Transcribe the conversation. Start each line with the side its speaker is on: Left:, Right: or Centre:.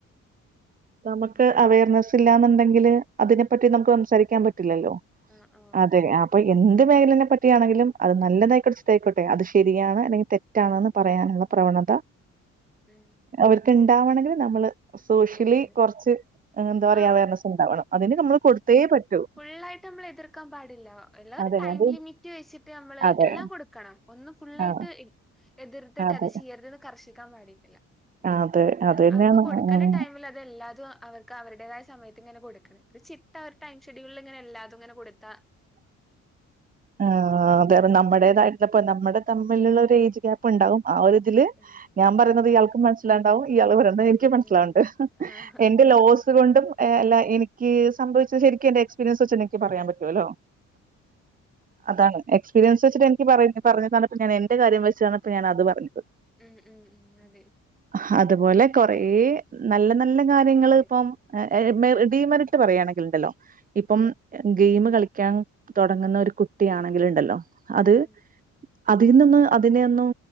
Right: നമുക്ക് അവയർനസില്ലാന്ന്ണ്ടെങ്കില് അതിനെപ്പറ്റി
Centre: ഉം
Right: നമുക്കംസാരിക്കാൻ പറ്റില്ലല്ലോ
Centre: ആഹ് ആഹ്
Right: അതെ അഹ് പ്പൊ എന്ത് മേഖലനെപ്പറ്റിയാണെ ങ്കിലും അത് നല്ലതായിക്കൊട്ടെ ചീത്തയായിക്കൊട്ടെ അത് ശരിയാണ് അല്ലെങ്കി തെറ്റ് റ്റാണെന്ന് പറയാന്ള്ള പ്രവണത
Centre: ഉം
Right: അവർക്കിണ്ടാവണങ്കില് നമ്മള് സോഷ്യലി
Centre: അതെ അതെ
Right: കൊറച്ച് എന്ത്പറയാ
Centre: ആഹ്
Right: അവെയർനെസ്സുണ്ടാവണം അതിന് നമ്മള് കൊടുത്തേ പറ്റൂ
Centre: ഫുള്ളായിട്ടമ്മള് എതിർക്കാൻ പാടില്ല എല്ല ഒരു
Right: അതെ
Centre: ടൈം
Right: അത്
Centre: ലിമിറ്റ് വെച്ചിട്ടമ്മള്
Right: അതെ.
Centre: എല്ലാം കൊടുക്കണം ഒന്ന് ഫുള്ളായിട്ട്
Right: ആഹ്
Centre: എ എതിർത്തിട്ട്
Right: അതെ.
Centre: അത് ചിയ്യരുതെന്ന് കർഷിക്കാൻ പാടി ടില്ല
Right: അതെ
Centre: ഒന്ന്ന്
Right: അതന്നെയാണ്.
Centre: അവൾക്ക് കൊടുക്കന
Right: ഉം
Centre: പോലെ അതെല്ലാതും അവർക്ക് അവരുടേതായ സമയത്തിങ്ങനെ കൊടുക്ക്ണ്‌ രു ചിട്ട ഒരു ടൈം ഷെഡ്യൂളിലിങ്ങനെ എല്ലാതുങ്ങനെ കൊടുത്താ
Right: ഏഹ് ആതേറ നമ്മുടേതായിട്ടപ്പ നമ്മടെ തമ്മിലുള്ള ഒരു ഏജ് ഗ്യാപ്പ്ണ്ടാവും ആ ഒരു ഇത്‌ തില്
Centre: ഉം
Right: ഞാൻ പറയുന്നത്
Centre: അതെ
Right: ഇയാൾക്കും മനസ്സിലാണ്ടാവും ഇയാള് പറയുന്നത്
Centre: ഉം
Right: എനിക്കും മനസ്സിലാണ്ട്
Centre: ഉം ആഹ്
Right: എന്റെ ലോസ് കൊണ്ട് ഏ അല്ല എനിക്ക് സംഭവിച്ചശരിക്കും എന്റെ എക്സ്പീരിയൻസ് വെച്ചെന്നെ ഇക്ക്
Centre: ഉം
Right: പറയാൻ പറ്റുവല്ലോ അതാണ് എക്സ്പിരിയൻസ് വെച്ചിട്ടെനിക്ക് പറ പറഞ്ഞതന്നപ്പ ഞാൻ എന്റെ കാര്യം വെച്ച് തന്നപ്പ ഞാനത് പറഞ്ഞ്
Centre: ഉം ഉം ഉം അതെ
Right: ഹ് അതുപോലെ
Centre: ഉം.
Right: കൊറേ നല്ല നല്ല കാര്യങ്ങള്പ്പം
Centre: അതെ
Right: ആ ഏമേറ് ഡീമറിട്ട് പറയാണെങ്കിലിണ്ടല്ലോ ഇപ്പം
Centre: ഉം
Right: ഗെയിമ് കളിക്കാൻ തൊടങ്ങ്ന്ന ഒരു കുട്ടിയാണെങ്കില്ണ്ടല്ലോ അത്
Centre: ഉം
Right: അതീ നിന്ന് അതിനെ ഒന്നും